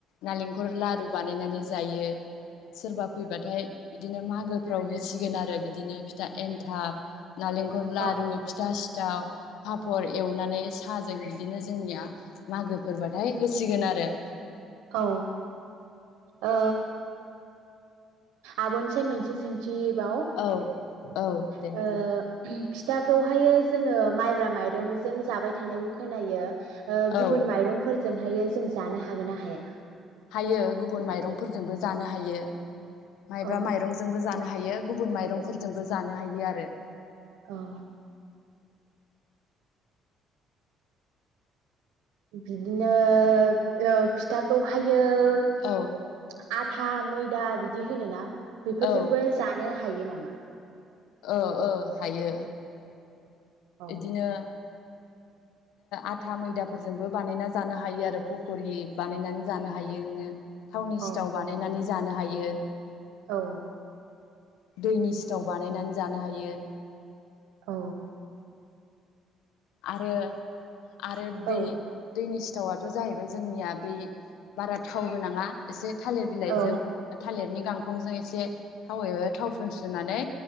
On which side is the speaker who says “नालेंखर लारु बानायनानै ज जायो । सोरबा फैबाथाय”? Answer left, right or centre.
Left